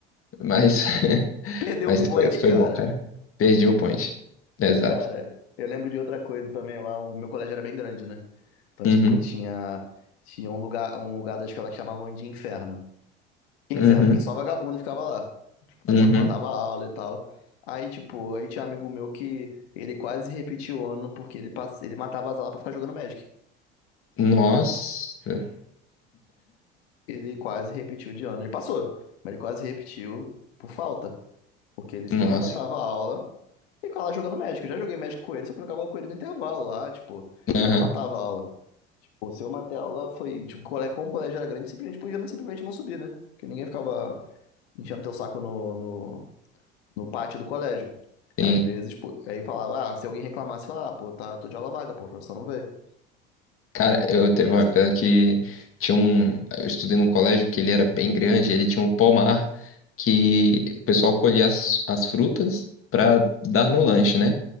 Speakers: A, on the left; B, on the left.
A: Mas, <laughs>
B: Perdeu
A: mas
B: o point,
A: foi, foi
B: cara.
A: bom, cara. Perdi o point. Exato.
B: Cara, eu lembro de outra coisa também lá. O meu colégio era bem grande, né? Então, tipo,
A: Uhum,
B: tinha, tinha um lugar, um lugar da escola que chamavam de inferno. Que
A: uhum,
B: inferno, que só vagabundo ficava lá. Tipo, o pessoal
A: uhum.
B: que matava a aula e tal. Aí, tipo, aí tinha um amigo meu que ele quase repetiu o ano porque ele, pass... ele matava as aulas pra ficar jogando Magic.
A: Nossa,
B: Ele quase repetiu de ano. Ele passou, mas ele quase repetiu por falta. Porque ele simplesmente
A: nossa.
B: matava a aula e ficava lá jogando Magic. Eu já joguei Magic com ele, só que eu jogava com ele no intervalo lá, tipo,
A: Aham.
B: eu não matava a aula. Tipo, se eu matei a aula, foi, tipo, cole- como o colégio era grande, simplesmente podia não, simplesmente não subir, né? Porque ninguém ficava enchendo teu saco no, no, no pátio do colégio.
A: Sim.
B: Às vezes, pô, aí falava, ah, se alguém reclamasse, falava, ah, pô, tá, tô de aula vaga, pô, o professor não veio.
A: Cara, eu
B: Não
A: teve
B: tinha
A: uma
B: essa.
A: época que tinha um. Eu estudei num colégio que ele era bem grande, ele tinha um pomar que o pessoal colhia as, as frutas para dar no lanche, né?